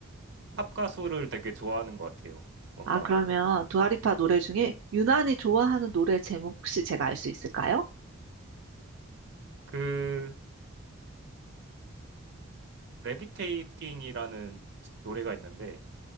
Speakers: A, on the right; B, on the right.
A: 팝 가수를 되게 좋아하는 것 같아요. 뭔가,
B: 아, 그러면 두아리파 노래 중에 유난히 좋아하는 노래 제목 혹시 제가 알 수 있을까요?
A: 그, 레비테이팅이라는 노래가 있는데,